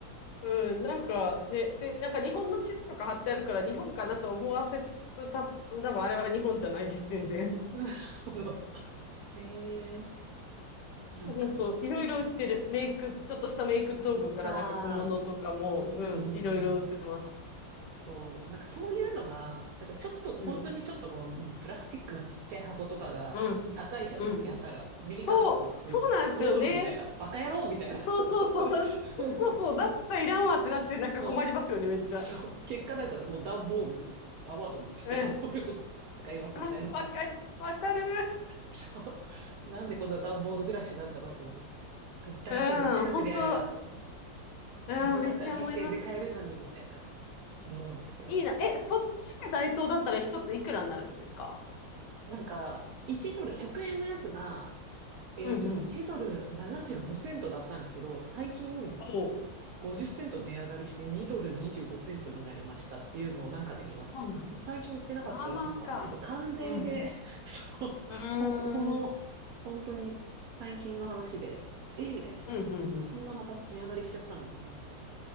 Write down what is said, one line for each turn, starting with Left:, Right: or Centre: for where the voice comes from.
Left: うん、なんかね、で、なんか日本の地図とか貼ってあるから日本かなと思わせつつ、た、多分あれは日本じゃないです、全然。
Right: なるほど。えーなんかね、
Left: そうそう、
Right: そう
Left: いろいろ売ってる。メイク、ちょっとしたメイク道具からなんか小物とかも、
Right: ああ、うーん、
Left: うん、いろいろ売ってます。
Right: そう、なんかそういうのが、なんかちょっと、本当にちょっとこのうんプラスチックのちっちゃい箱とかが高いじゃないですか、
Left: うん、うん、うん。
Right: やたら。アメリカだとなんかそんな5ドルみたいな、
Left: そう、そうなんですよね。
Right: バカ野郎みたいな。
Left: そうそうそう、そうそう、
Right: <laughs>
Left: だったらいらんわってなってなんか困りますよね、
Right: そう。
Left: めっちゃ。
Right: そう。結果なんかもう段ボールをこう、アマゾンのちっちゃい段ボールを
Left: うん。
Right: <laughs> 使いますみたいな。
Left: あ、わかる、わかる。
Right: そう。なんでこんな段ボール暮らしなんだろうと思って。ダイソーが近くにあればと。
Left: うん、本当うん、
Right: 日本だったら100円で買えるのに、
Left: めっちゃ思います。
Right: みたいな、思うんですけど。
Left: いいな。え、そっちでダイソーだったら一ついくらになるんですか
Right: なんか、1ドル、100円のやつが、えっと、
Left: うんうん。
Right: 1ドル75セントだったんですけど、最近
Left: おお。
Right: 50セント値上がりして2ドル25セントになりましたっていうのをなんかで見ました。
Left: そうなの。
Right: ちょっと最近行ってなかったら、
Left: まあまあか。
Right: なんか、やっぱ関税で、
Left: うん。
Right: <laughs> そう、
Left: うーん。
Right: こ、この、本当に最近の話で、えーみたいな。
Left: うん、うん、うん。
Right: そんなまた値上がりしちゃったのと思って。